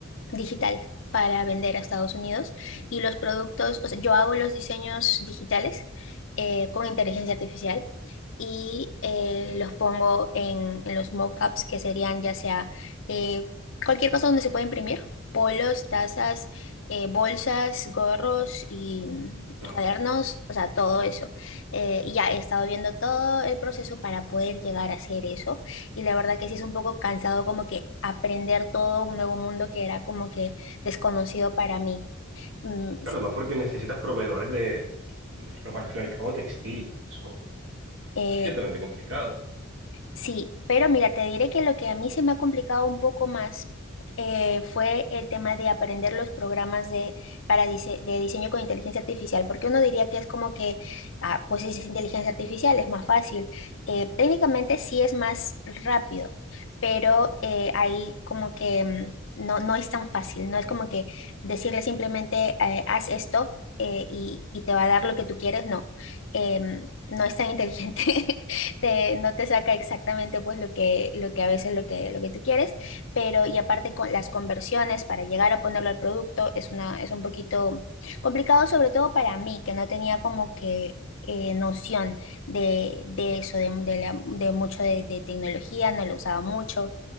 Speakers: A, on the left; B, on the right.
A: digital para vender a Estados Unidos y los productos, o sea, yo hago los diseños digitales eh, con inteligencia artificial y eh, los pongo en, en los mockups que serían ya sea eh, cualquier cosa donde se puede imprimir, polos, tazas, eh, bolsas, gorros y mm,
B: Claro.
A: cuadernos, o sea, todo eso. Eh, y ya he estado viendo todo el proceso para poder llegar a hacer eso y la verdad que sí es un poco cansado como que aprender todo un nuevo mundo que era como que desconocido para mí. Mm,
B: Claro,
A: s-
B: además porque necesitas proveedores de, de ropa al fin y al cabo textil. Eso
A: eh,
B: es ciertamente complicado.
A: Sí, pero mira, te diré que lo que a mí se me ha complicado un poco más eh, fue el tema de aprender los programas de, para dise- de diseño con inteligencia artificial, porque uno diría que es como que, ah, pues es inteligencia artificial, es más fácil. Eh, técnicamente sí es más rápido, pero eh, ahí como que mm, no, no es tan fácil, no es como que decirle simplemente eh, haz esto eh, y, y te va a dar lo que tú quieres, no, Em, no es tan inteligente. <laughs> te, no te saca exactamente pues lo que, lo que a veces lo que, lo que tú quieres, pero y aparte con las conversiones para llegar a ponerlo al producto es una, es un poquito complicado, sobre todo para mí, que no tenía como que eh, noción de, de eso, de, de la- de mucho de, de tecnología, no lo usaba mucho.